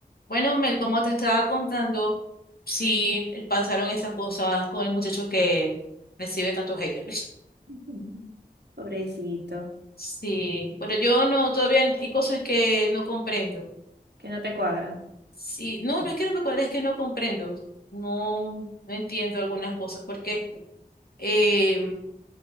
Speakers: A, on the left; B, on the right.
A: Bueno, Mel, como te estaba contando, sí eh, pasaron esas cosas con el muchacho que recibe tantos haters. <laughs>
B: <laughs> Ujú. Pobrecito,
A: Sí, pero yo no, todavía hay cosas que no comprendo.
B: que no te cuadran.
A: Sí, no, no es que no me cuadra, es que no comprendo. No, no entiendo algunas cosas, porque eh,